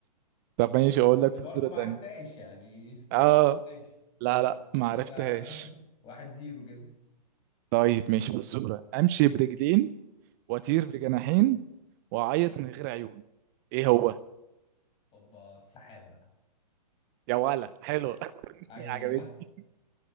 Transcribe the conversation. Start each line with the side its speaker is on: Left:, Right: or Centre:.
Right: طب ماشي اقول
Left: انت
Right: لك
Left: برضه
Right: فزورة
Left: ما
Right: تانية
Left: عرفتهاش يعني ستيل
Right: اه
Left: ما عرفتهاش
Right: لا
Left: بس
Right: لا
Left: فكده
Right: ما عرفتهاش
Left: <laughs> واحد زيرو كده
Right: طيب ماشي فزورة امشي برجلين واطير بجناحين واعيط من غير عيون ايه هو
Left: اوبا السحاب بقى
Right: يا ولا حلو <laughs>
Left: ايوه
Right: عجبتني